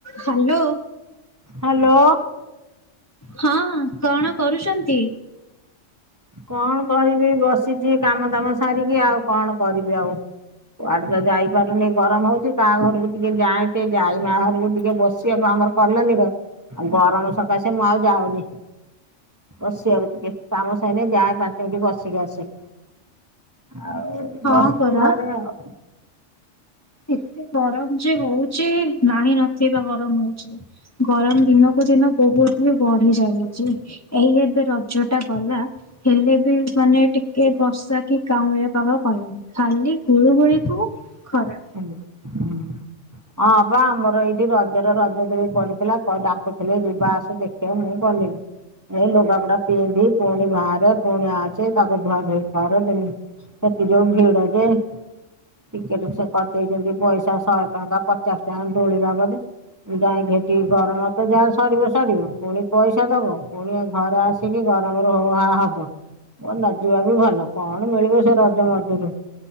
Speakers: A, on the left (about 15°); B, on the right (about 15°).
A: Hello
B: hello
A: ହଁ କଣ କରୁଚନ୍ତି?
B: କଣ କରିବି ବସିଚି କାମ ଦାମ ସାରିକି ଆଉ କଣ କରିବି ଆଉ। କୁଆଡେ ତ ଯାଇପାରୁନି ଗରମ ହଉଚି କାହା ଘରକୁ ଟିକେ ଯାଏଁ ସେ ଯାଇ ମା ଘରକୁ ଟିକେ ବସିବାକୁ ଆମର କଲୋନୀର ଆଉ ଗରମ ସକାସେ ମୁଁ ଆଉ ଯାଉନି। ବସିିବାକୁ ଟିକେ। ତାମସ୍ ହେଲେ ଯାଏ ପାଞ୍ଚମିନିଟ୍ ବସିକି ଆସେ ଆଉ
A: ହଁ
B: ବସିଚ
A: ପରା
B: ଘରେ ଆଉ।
A: ଏତେ ଗରମ ଯେ ହଉଚି ନାହିଁ ନଥିବା ଗରମ ହଉଚି। ଗରମ ଦିନକୁ ଦିନ ବହୁତ ହି ବଢି ଚାଲିଚି। ଏଇ ଏବେ ରଜ ଟା ଗଲା ହେଲେ ବି ମାନେ ଟିକେ ବର୍ଷା କି କାଉଁଳିଆ ପାଗ କଲାନି। ଖାଲି ଗୁଳୁଗୁଳିକୁ ଖରା
B: <unintelligible> ହଁ ବା ଆମର ଏଇଠି ରଜର ରଜ ଦୋଳି ପଡିଥିଲା ବ ଡାକୁଥିଲେ ଯିବା ଆସ ଦେଖ୍ ହେ ମୁଁ ଗଲିନି ଏଇ ଲୁଗାପଟା ପିନ୍ଧି ପୁଣି ବାହାରେ ପୁଣି ଆସେ ତାକୁ ଧୁଆ ଧୋଇ କର। ତେଣିକି ସେଠି ଯୋଉ ଭିଡ ଯେ, ଟିକେଟ୍ ସେ କଟେଇଚନ୍ତି ପଇସା ଶହେ ଟଙ୍କା, ପଚାଶ ଟଙ୍କା ଦୋଳି ବାବଦକୁ। ଯାଇ ଭେଟିକି ଗରମତ ଯାହା ସଢିବ ସଢିବ ପୁଣି ପଇସା ଦବ ପୁଣି ଘରେ ଆସି ସିକି ଗରମରେ ଉ ଆ ହବ। ମୋ ନ ଯିବା ବି ଭଲ। କଣ ମିଳିବ ସେ ରଜ ମଜରୁ।